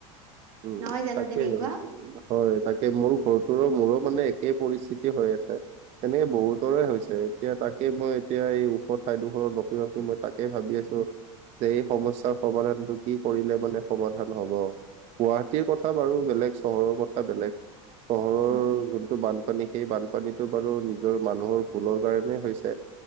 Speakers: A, on the right; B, on the right.
A: উমঁ
B: নহয় জানো
A: তাকেহে
B: তেনেকুৱা
A: হয় তাকে মোৰ। ঘৰতোৰো মোৰো মানে একেই পৰিস্থিতি হৈ আছে তেনেকে বহুতৰে হৈছে। এতিয়া তাকে মই এতিয়া এই ওখ ঠাইডোখৰত ৰখি ৰখি মই তাকে ভাবি আছোঁ। যে এই সমস্যাৰ সমাধানটো কি কৰিলে মানে সমাধান হ'ব। গুৱাহাটীৰ কথা বাৰু বেলেগ চহৰৰ কথা বেলেগ চহৰ।
B: উমঁ!
A: যোনটো বানপানী সেই বানপানীটো বাৰু নিজৰ মানুহৰ ভুলৰ কাৰণে হৈছে।